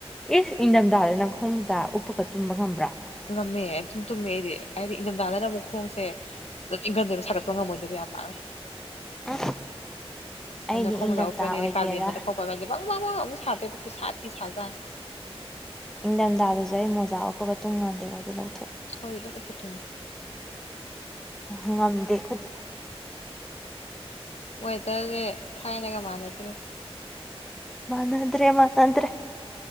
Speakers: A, in the centre; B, on the left.
A: ꯑꯦ ꯏꯪꯊꯝꯊꯥꯗ ꯅꯪꯈꯣꯡ ꯃꯖꯥ ꯎꯞꯄꯀ ꯇꯨꯝꯕ ꯉꯝꯕ꯭ꯔꯥ
B: ꯉꯝꯃꯦ ꯑꯗꯨꯨꯝ ꯇꯨꯝꯃꯦ ꯑꯩꯗꯤ ꯍꯥꯏꯗꯤ ꯏꯪꯊꯝꯊꯥꯗꯅ ꯑꯃꯨꯛ ꯈꯣꯡꯁꯦ ꯑꯗꯨꯝ ꯏꯪꯟꯗꯣꯏꯕ ꯁꯥꯒꯠꯄ ꯉꯝꯃꯣꯏꯗꯕ ꯌꯥꯝ ꯄꯅ
A: ꯎꯝ
B: ꯍꯟꯗꯛ
A: ꯑꯩꯗꯤ
B: ꯈꯣꯡꯃꯣꯖꯥ
A: ꯏꯪꯊꯝꯊꯥ
B: ꯎꯄꯥꯅꯤꯗꯤ
A: ꯑꯣꯏꯒꯦꯔꯥ
B: ꯀꯂꯦꯟꯗꯅ <unintelligible> ꯑꯃꯨꯛ ꯁꯥꯗꯦꯕꯈꯣꯏ ꯈꯨꯁꯥ ꯊꯤ ꯁꯥꯖꯥꯟ
A: ꯏꯪꯊꯝꯊꯥꯗꯁꯨ ꯑꯩ ꯃꯣꯖꯥ ꯎꯞꯄꯒ ꯇꯨꯝ ꯉꯥꯟꯗꯩꯈꯣꯏꯗꯤ ꯂꯧꯊꯣꯛꯑꯦ
B: ꯍꯣꯏ ꯑꯗꯨꯝ ꯎꯄ ꯇꯨꯝ
A: ꯉꯝꯗꯦ ꯑꯈꯨꯗꯤ
B: ꯋꯦꯗꯔꯁꯦ ꯊꯥꯏꯅꯒ ꯃꯥꯟꯅꯗꯣꯏꯁꯦ
A: ꯃꯅꯥꯗ꯭ꯔꯦ ꯃꯅꯥꯗ꯭ꯔꯦ